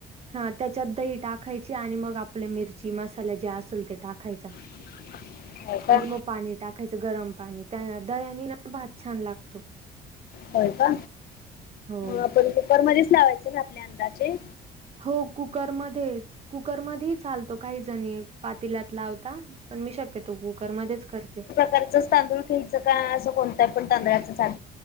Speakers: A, on the right; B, on the left.
A: हा त्याच्यात दही टाकायची आणि मग आपल्या मिरची मसाला जे असेल ते टाकायचा.
B: <inaudible> का?
A: आणि मग पाणी टाकायचं गरम पाणी त्या दयानी ना भात छान लागतो.
B: होय का
A: हो.
B: आपण कुकर मध्येच लावायचं ना आपल्या अंदाचे.
A: हो कुकरमध्येध्ये कुकरमध्येध्येही चालतो काही जणी पातीलात लावता. पण मी शक्यतो कुकरमध्येध्येच करते.
B: खरच तांदूळ ख्यायचं काय असं कोणत पण तांदळाचं ख.